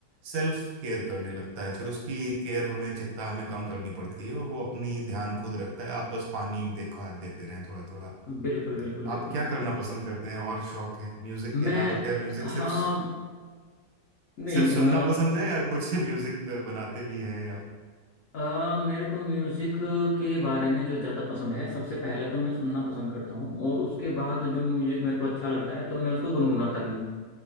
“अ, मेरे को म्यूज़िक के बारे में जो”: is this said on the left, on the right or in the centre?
Left